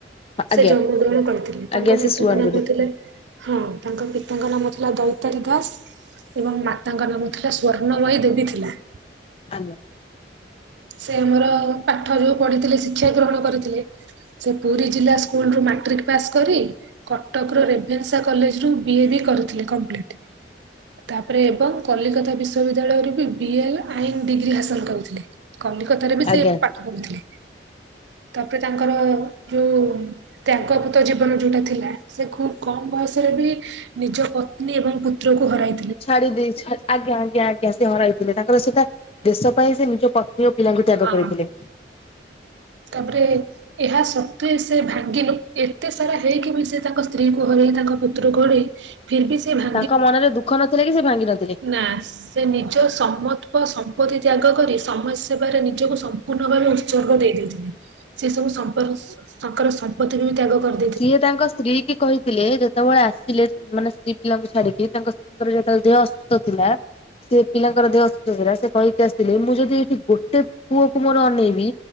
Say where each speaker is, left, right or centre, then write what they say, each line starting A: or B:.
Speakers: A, on the left; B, on the right.
A: ଆଜ୍ଞା
B: ସେ ଜନ୍ମଗ୍ରହଣ କରିଥିଲେ,
A: ଆଜ୍ଞା
B: ତାଙ୍କ ପିତାଙ୍କ
A: ସେ ଶୁଅନ୍ତିନି
B: ନାମ ଥିଲା ହଁ ତାଙ୍କ ପିତାଙ୍କ ନାମ ଥିଲା ଦୈତାରୀ ଦାସ। ଏବଂ ମାତାଙ୍କନାମ ଥିଲା ସ୍ଵର୍ଣ୍ଣମୟୀ ଦେବୀ ଥିଲା।
A: ଆଜ୍ଞା।
B: ସେ ଆମର ପାଠ ଯୋଉ ପଢିଥିଲେ ଶିକ୍ଷା ଗ୍ରହଣ କରିଥିଲେ। ସେ ପୁରୀ ଜିଲ୍ଲା ସ୍କୁଲ୍ ରୁ ମାଟ୍ରିକ୍ ପାସ୍ କରି କଟକର ରେଭେନ୍ସା କଲେଜ୍ ରୁ ବିଇଡି କରିଥିଲେ କମ୍ପ୍ଲିଟ୍। ତାପରେ ଏବଂ କଲିକତା ବିଶ୍ୱବିଦ୍ୟାଳୟରେ ବିଏଲ୍ ଆଇନ ଡିଗ୍ରୀ ହାସଲ କରିଥିଲେ। କଲିକତାରେ ବି ସେ
A: ଆଜ୍ଞା।
B: ପାଠ ପଢୁଥିଲେ। ତାପରେ ତାଙ୍କର ଯୋଉ ତ୍ୟାଗପତୂ ଜୀବନ ଯୋଉଟା ଥିଲା ସେ ଖୁବ୍ କମ ବୟସରେ ବି ନିଜ ପତ୍ନୀ ଏବଂ ପୁତ୍ରକୁ ହରାଇ
A: ଛାଡ଼ି ଦେଇଛି ହେ ଆଜ୍ଞା, ଆଜ୍ଞା, ଆଜ୍ଞ ଗ୍ୟା ସେ ହରାଇଥିଲେ ତାଙ୍କର ସେଟା ଦେଶ ପାଇଁ ସେ ନିଜ ପତ୍ନୀ ଓ ପିଲାଙ୍କୁ ତ୍ୟାଗ
B: ହଁ
A: କରିଥିଲେ।
B: ତାପରେ ଏହା ସତ୍ୱେ ସେ ଭାଙ୍ଗି ନ ଏତେ ସାରା ହେଇକି ବି ସେ ତାଙ୍କ ସ୍ତ୍ରୀଙ୍କୁ ହରେଇ ତାଙ୍କ ପୁତ୍ରକୁ ହରେଇ। ଫେରବି ସେ ଭା
A: ତାଙ୍କ ମନରେ ଦୁଃଖ ନଥିଲେ କି ସେ ଭାଙ୍ଗି ନଥିଲେ।
B: ନା ସେ ନିଜ ସମତ୍ଵ ସମ୍ପତ୍ତି ତ୍ୟାଗ କରି ସମାଜ ସେବାରେ ନିଜକୁ ସମ୍ପୂର୍ଣ୍ଣ ଭାବେ ସର୍ଗ ଦେଇଦେଉଥିଲେ ସେ ସବୁ ସମ୍ପର ତାଙ୍କର ସମ୍ପତ୍ତିକୁ ବି ତ୍ୟାଗ କରି
A: ସିଏ ତାଙ୍କ ସ୍ତ୍ରୀକି କହି ଥିଲେ ଯେତେବେଳେ ଆସିଲେ ମାନେ ସ୍ତ୍ରୀ ପିଲାଙ୍କୁ ଛାଡିକି ତାଙ୍କ ସ୍ତ୍ରୀଙ୍କର ଯେତେବେଳେ ଦେହ ଅସୁସ୍ଥ ଥିଲା। ସ୍ତ୍ରୀ ପିଲାଙ୍କର ଦେହ ଅସୁସ୍ଥ ଥିଲା, ସେ କହିକି ଆସିଥିଲେ ମୁଁ ଯଦି ଏଇଠି ଗୋଟେ ପୁଅକୁ ମୋର ଅନେଇବି